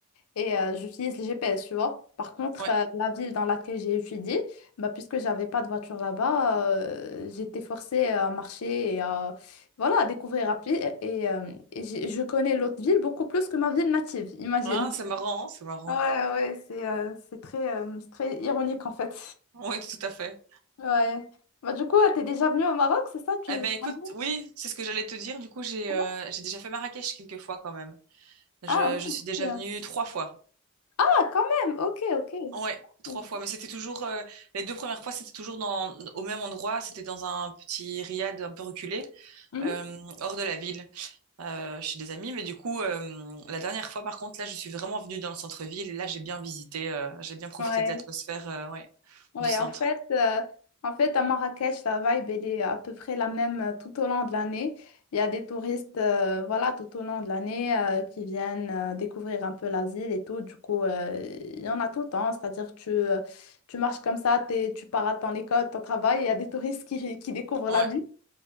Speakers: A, on the left; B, on the right.
A: et euh, j'utilise le GPS, tu vois. Par contre,
B: Ouais.
A: euh, la ville dans laquelle j'ai étudié, bah, puisque j'avais pas de voiture là-bas, euh, j'étais forcée à marcher et à, voilà, à découvrir à pied. Et, euh, et j'ai- je connais l'autre ville beaucoup plus que ma ville native, <laughs> imagine.
B: Ah, c'est marrant, hein, c'est marrant.
A: Ouais, ouais, c'est euh, c'est très, euh, c'est très ironique en fait.
B: Oui, tout à fait.
A: Ouais. Bah, du coup, t'es déjà venu au Maroc, c'est ça? Tu...
B: Eh
A: tu
B: ben écoute,
A: m'as dit
B: oui, c'est ce que j'allais te dire. Du coup, j'ai, euh,
A: non
B: j'ai déjà fait Marrakech quelques fois quand même. Je,
A: Ah, ok.
B: je suis déjà venue trois fois.
A: Ah, quand même, ok, ok.
B: Ouais, trois
A: Ouais,
B: fois. Mais c'était toujours euh, les deux premières fois, c'était toujours dans au même endroit. C'était dans un petit riad un peu reculé,
A: Mhm.
B: euh, hors de la ville, euh, chez des amis. Mais du coup, euh, la dernière fois, par contre, là, je suis vraiment venue dans le centre-ville. Et là, j'ai bien visité, euh, j'ai bien profité
A: Ouais.
B: de l'atmosphère, euh, ouais,
A: Ouais,
B: du centre.
A: en fait, euh, en fait, à Marrakech, la vibe, elle est à peu près la même euh, tout au long de l'année. Il y a des touristes, euh, voilà, tout au long de l'année euh, qui viennent euh, découvrir un peu la ville et tout. Du coup, euh, il y en a tout le temps. C'est-à-dire, tu, euh, tu marches comme ça, t'es- tu pars à ton école, ton travail, il y a des touristes qui, qui découvrent la
B: Ouais,
A: ville.